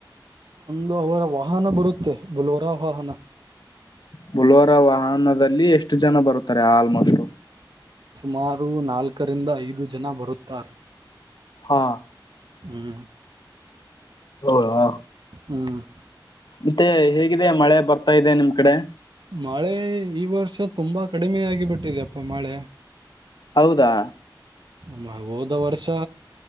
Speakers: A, on the right; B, on the left.
A: ಒಂದು ಅವರ ವಾಹನ ಬರುತ್ತೆ ಬಲೋರಾಹ ವಾಹನ
B: ಬುಲ್ವರಾ ವಾಹನದಲ್ಲಿ ಎಷ್ಟು ಜನ ಬರುತ್ತಾರೆ ಆಲ್ಮೋಸ್ಟ್
A: ಸುಮಾರು ನಾಲ್ಕರಿಂದ ಐದು ಜನ ಬರುತ್ತಾರೆ
B: ಹಾ...
A: ಹ್ಮ್
B: ಹೌದಾ
A: ಹ್ಮ್
B: ಮತ್ತೆ ಹೇಗಿದೆ ಮಳೆ ಬರ್ತಾ ಇದೆ ನಿಮ್ ಕಡೆ
A: ಮಳೆ ಈ ವರ್ಷ ತುಂಬಾ ಕಡಿಮೆ ಆಗಿ ಬಿಟ್ಟಿದೆ ಪ್ಪ ಮಳೆ
B: ಹೌದಾ
A: ಮ ಹೋದ ವರ್ಷ